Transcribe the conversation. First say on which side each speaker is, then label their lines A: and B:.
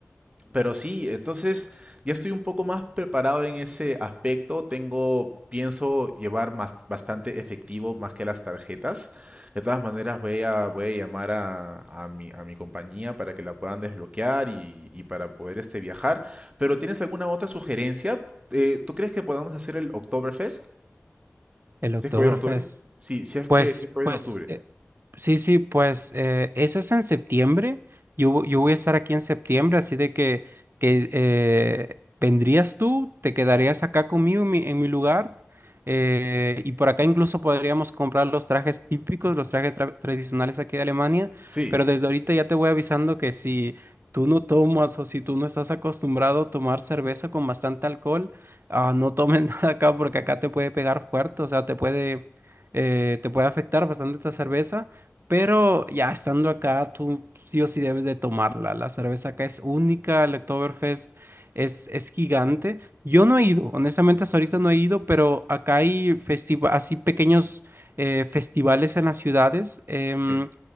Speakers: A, on the right; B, on the right.
A: Pero sí, entonces ya estoy un poco más preparado en ese aspecto. Tengo, pienso llevar más, bastante efectivo más que las tarjetas. De todas maneras, voy a, voy a llamar a, a mi, a mi compañía para que la puedan desbloquear y, y para poder este, viajar. Pero ¿tienes alguna otra sugerencia? Eh, ¿tú crees que podamos hacer el Oktoberfest?
B: El
A: Si
B: Oktoberfest.
A: es que voy en octubre. Sí, si es
B: Pues,
A: que, si es que voy
B: pues.
A: en octubre.
B: Sí, sí, pues eh, eso es en septiembre. Yo, vo- yo voy a estar aquí en septiembre, así de que, que eh, vendrías tú, te quedarías acá conmigo en mi, en mi lugar. eh, y por acá incluso podríamos comprar los trajes típicos, los trajes tra- tradicionales aquí de Alemania.
A: Sí,
B: Pero desde ahorita ya te voy avisando que si tú no tomas o si tú no estás acostumbrado a tomar cerveza con bastante alcohol, ah, no tomes <laughs> nada acá porque acá te puede pegar fuerte, o sea, te puede, eh, te puede afectar bastante esta cerveza. Pero ya estando acá, tú sí o sí debes de tomarla. La cerveza acá es única, el Oktoberfest es, es gigante. Yo no he ido, honestamente hasta ahorita no he ido, pero acá hay festiva- así pequeños eh, festivales en las ciudades em,
A: sí.